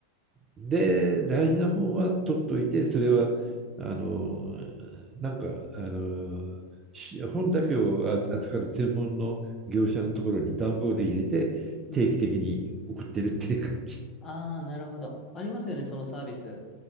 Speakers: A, on the right; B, on the left.
A: で、大事な本は取っといて、それは、あの、なんか、あの、し本だけをあ扱う専門の業者のところに段ボールで入れて、
B: うん。
A: 定期的に送ってるっていう感じ。
B: ああ、なるほど。ありますよね、そのサービス。